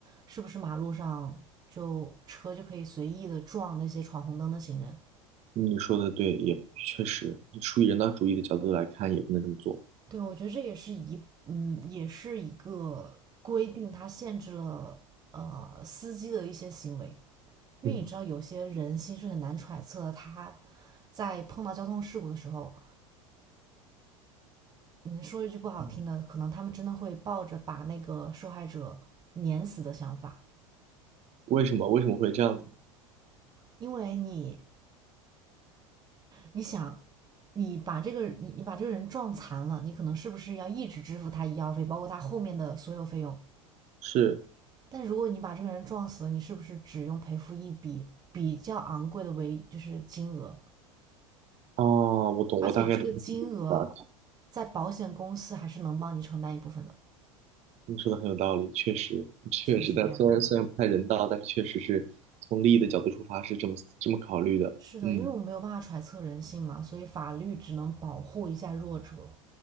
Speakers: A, on the right; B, on the right.
A: 是不是马路上就车就可以随意的撞那些闯红灯的行人？
B: 你说的对，也确实，你出于人道主义的角度来看，也不能这么做。
A: 对，我觉得这也是一，嗯，也是一个规定，它限制了呃司机的一些行为，因为你知道有些人心是很难揣测的，
B: 嗯，
A: 他在碰到交通事故的时候。嗯，说一句不好听的，
B: 嗯
A: 可能他们真的会抱着把那个受害者碾死的想法，
B: 为什么？为什么会这样子呢？
A: 因为你，你想，你把这个你你把这个人撞残了，你可能是不是要一直支付他医药费，包括他后面的所有费用？
B: 是，
A: 但如果你把这个人撞死了，你是不是只用赔付一笔比较昂贵的为就是金额？
B: 哦，我懂，
A: 而且这个金额
B: 我大概懂你的意思吧。
A: 在保险公司还是能帮你承担一部分的，
B: 你说的很有道理，确实，确实，
A: 是不是这样？
B: 但虽然虽然不太人道，但是确实是从利益的角度出发是这么这么考虑的。
A: 是的，
B: 嗯，
A: 因为我们没有办法揣测人性嘛，所以法律只能保护一下弱者。